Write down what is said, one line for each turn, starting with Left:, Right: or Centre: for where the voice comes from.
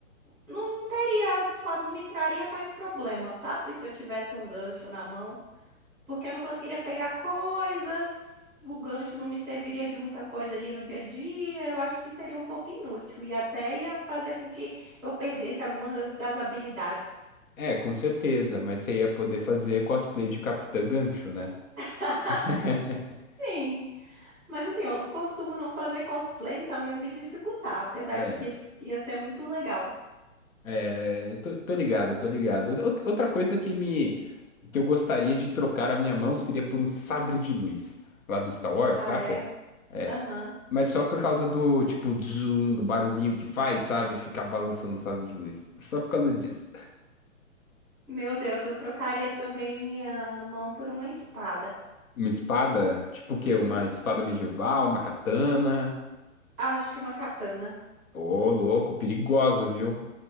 Centre: não, não teria, só me traria mais problemas, sabe? Se eu tivesse um gancho na mão, porque eu não conseguiria pegar coisas, o gancho não me serviria de muita coisa ali no dia a dia. Eu acho que seria um pouco inútil e até ia fazer com que eu perdesse algumas das das habilidades.
Left: É, com certeza, mas você ia poder fazer cosplay de Capitã Gancho, né?
Centre: <laughs>
Left: <laughs>
Centre: Sim, mas assim, eu costumo não fazer cosplay, então ia me dificultar, apesar
Left: É,
Centre: de que ia ser muito legal.
Left: é, eu tô, tô ligado, tô ligado. Out- Outra coisa que me que eu gostaria de trocar a minha mão seria por um sabre de luz lá do Star Wars,
Centre: Ah,
Left: saca?
Centre: é?
Left: É,
Centre: Aham.
Left: Mas só por causa do, tipo, zoom, do barulhinho que faz, sabe? Ficar balançando o sabre de luz. Só por causa disso.
Centre: Meu Deus, eu trocaria também minha mão por uma espada.
Left: Uma espada? Tipo o
Centre: Uhum.
Left: quê? Uma espada medieval, uma katana?
Centre: Acho que uma katana.
Left: Ô, louco, perigosa, viu?